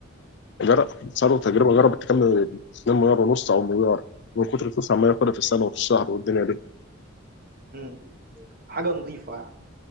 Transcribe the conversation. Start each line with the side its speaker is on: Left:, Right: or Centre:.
Left: جر... صاروا تقريبا جربت تكمل 2 مليار ونص او مليار من كتر الفلوس عمال ياخدها في السنه وفي الشهر والدنيا دي
Right: مم. حاجة نظيفة يعني